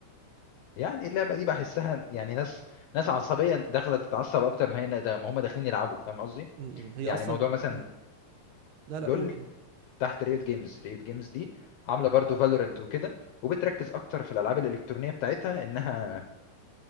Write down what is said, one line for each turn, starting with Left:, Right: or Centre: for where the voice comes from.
Left: يعني اللعبه دي بحسها يعني ناس ناس عصبيه داخله تتعصب اكتر ما هي ده ما هم داخلين يلعبوا فاهم قصدي
Right: م- م. هي
Left: يعني
Right: اصلا
Left: موضوع مثلا
Right: م. لا
Left: لول
Right: لا قول قول
Left: تحت ريوت جيمز ريوت جيمز دي عامله برضو فالورنت وكده وبتركز اكتر في الالعاب الالكترونيه بتاعتها انها